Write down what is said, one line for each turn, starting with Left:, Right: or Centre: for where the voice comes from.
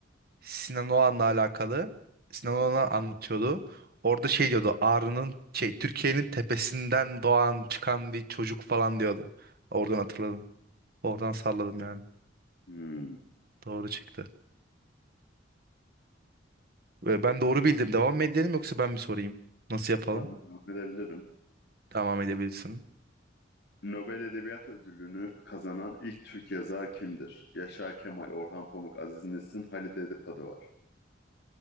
Right: Sinan Oğan'la alakalı. Sinan Oğan'a
Left: hı.
Right: anlatıyordu. Orada şey diyordu. Ağrı'nın şey Türkiye'nin tepesinden doğan çıkan bir çocuk falan diyordu. Oradan hatırladım. Oradan salladım yani.
Left: Hmm.
Right: Doğru çıktı. Ve ben doğru bildim. Devam mı edelim yoksa ben mi sorayım? Nasıl yapalım?
Left: Tahmin edebilirim.
Right: Devam edebilirsin.
Left: Nobel Edebiyat Ödülünü kazanan ilk Türk yazar kimdir? Yaşar Kemal, Orhan Pamuk, Aziz Nesin, Halide Edip'adı var.